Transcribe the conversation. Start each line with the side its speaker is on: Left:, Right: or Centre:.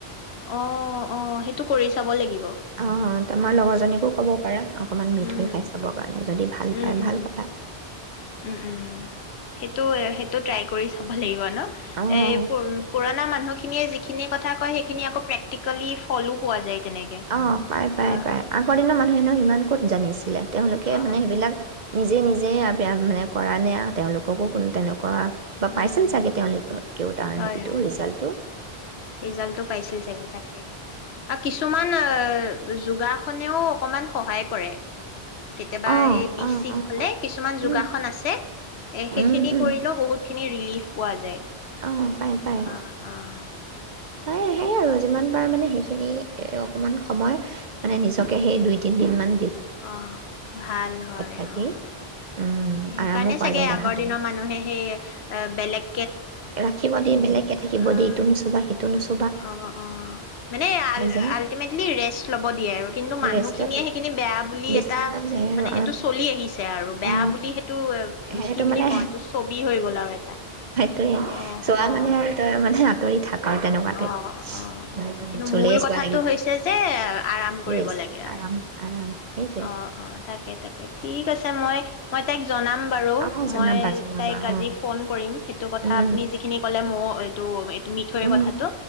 Left: অ', অ', সেইটো কৰি চাব লাগিব।
Right: অ', তোমাৰ লগৰজনীকো
Left: অ',
Right: ক'ব পাৰা। অকণমান মিঠৈ
Left: উম,
Right: খাই চাবৰ কাৰণে যদি ভাল
Left: উ,
Right: পায়
Left: উম,
Right: ভাল কথা
Left: উ, উম। সেইটো, সেইটো ট্ৰাই কৰি চাব লাগিব ন!
Right: অ
Left: এই পুৰ-পুৰণা মানুহ খিনিয়েই যিখিনি কথা কয়, সেইখিনি আকৌ প্ৰেক্টিকেলি ফলো পোৱা যায়। তেনেকে।
Right: অ', পায়,
Left: অ',
Right: পায়, পায়।
Left: অ',
Right: আগৰ দিনৰ মানুহ হেনো ইমান ক'ত জানিছিলে? তেওঁলোকে
Left: অ',
Right: মানে, সেইবিলাক নিজে, নিজেই আ ইয়াত মানে কৰা নাই আৰু তেওঁলোককো কোনো তেনেকুৱা কৰাত কিবা
Left: উম,
Right: পাইছিল চাগে, তেওঁলোকেও তাৰ
Left: হয়,
Right: হেৰিটো,
Left: হয়,
Right: ৰিজাল্টটো।
Left: ৰিজাল্টটো পাইছিল চাগে তাকে। আৰু কিছুমান
Right: <unintelligible>
Left: যোগাসনেও অকণমান সহায় কৰে। কেতিয়াবা
Right: অ',
Left: সেই বিষ-চিষ
Right: অ', অ',
Left: হ'লে, কিছুমান যোগাসন
Right: উম,
Left: আছে। এ, সেইখিনি
Right: উম, উম,
Left: কৰিলেও বহুত খিনি ৰিলিফ পোৱা যায়।
Right: অ', পাই, পাই,।
Left: অ', অ',
Right: পাই,
Left: তাক
Right: সেই আৰু যিমান পাৰো মানে সেইখিনি অকণমান সময়, মানে, নিজকে সেই দুই-তিনদিন মান
Left: অ' ভাল হয়
Right: থাকি
Left: অ'
Right: উম,
Left: সেইকাৰণে
Right: আৰামো পোৱা
Left: চাগে
Right: যায় দেহাটোৱে।
Left: আগৰ দিনৰ মানুহে হেই এ বেলেগ
Right: ৰাখিব দিয়ে বেলেগকে থাকিব
Left: অ',
Right: দিয়ে ইটো নুচুবা সিটো নুচু
Left: অ', অ' মানে আল
Right: যায়
Left: আলটিমেটলি ৰেষ্ট ল'ব দিয়ে আৰু কিন্তু মানুহখিনিয়ে
Right: ৰেষ্টতে
Left: সেইখিনি বেয়া বুলি
Right: বেছি
Left: এটা
Right: হৈ যায় আৰু
Left: মানে সেইটো চলি আহিছে আৰু বেয়া
Right: অ অ',
Left: বুলি সেইটো
Right: সেইটো
Left: কি বুলি
Right: মানে
Left: কওঁ এইটো ছবি হৈ গ'ল আৰু এটা।
Right: তয়ে
Left: অ',
Right: চোৱা
Left: অ',
Right: মানে আৰু তই মানে দৰি থাক। আৰু তেনেকুৱা টাইপ
Left: অ' অ'
Right: উম
Left: কিন্তু
Right: চুলেই
Left: মূল
Right: চোৱা
Left: কথাটো
Right: লাগি যায়
Left: হৈছে যে আৰাম কৰিব
Right: ৰেষ্ট
Left: লাগে
Right: আৰাম
Left: আৰু।
Right: আৰাম সেইটোৱে
Left: অ' অ' তাকে তাকে ঠিক আছে মই মই তাইক জনাম বাৰু
Right: অ জনাবা
Left: মই
Right: জনাবা
Left: তাইক আজি
Right: অ
Left: ফোন কৰিম সে এইটো কথা
Right: উম
Left: আপুনি যিখিনি কলে মই এইটো এইটো মিঠৈৰ
Right: উম
Left: কথাটো